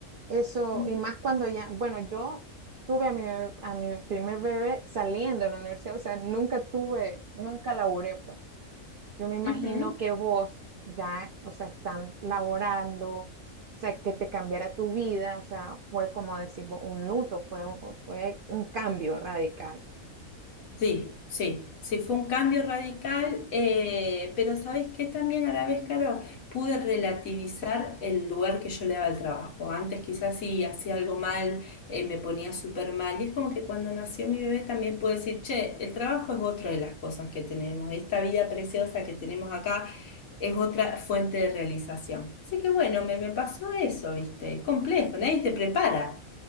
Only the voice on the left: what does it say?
ujú,
ujú.
Sí, sí, sí, fue un cambio radical, eh, pero ¿sabes qué? También a la vez, Caro, pude relativizar el lugar que yo le daba al trabajo. Antes quizás sí hacía algo mal, eh, me ponía súper mal, y es como que cuando nació mi bebé también puedo decir, che, el trabajo es otra de las cosas que tenemos, esta vida preciosa que tenemos acá es otra fuente de realización. Así que bueno, me, me pasó eso, ¿viste? Es complejo, nadie te prepara.